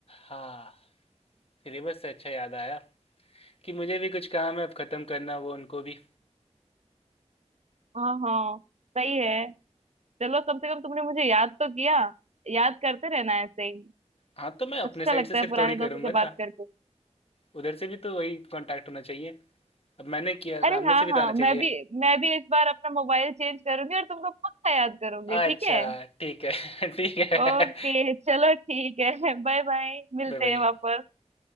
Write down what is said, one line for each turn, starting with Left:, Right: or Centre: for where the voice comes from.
Left: हाँ सिलेबस से अच्छा याद आया कि मुझे भी कुछ काम है अब खत्म करना वो उनको भी
Right: हाँ हाँ सही है चलो कम से कम तुमने मुझे याद तो किया याद करते रहना ऐसे ही
Left: हाँ तो मैं अपने
Right: अच्छा
Left: साइड
Right: लगता
Left: से सिर्फ
Right: है पुराने
Left: थोड़ी करूंगा
Right: दोस्तों से बात
Left: ना
Right: करके
Left: उधर से भी तो वही कांटेक्ट होना चाहिए अब मैंने किया
Right: अरे
Left: सामने
Right: हाँ
Left: से भी
Right: हाँ
Left: तो आना
Right: मैं
Left: चाहिए
Right: भी मैं भी इस बार अपना मोबाइल चेंज करूंगी और तुमको पक्का याद करूंगी
Left: अच्छा
Right: ठीक है
Left: ठीक है <laughs> ठीक है
Right: ओके चलो ठीक है <laughs> बाय बाय मिलते
Left: बाय बाय
Right: हैं वापस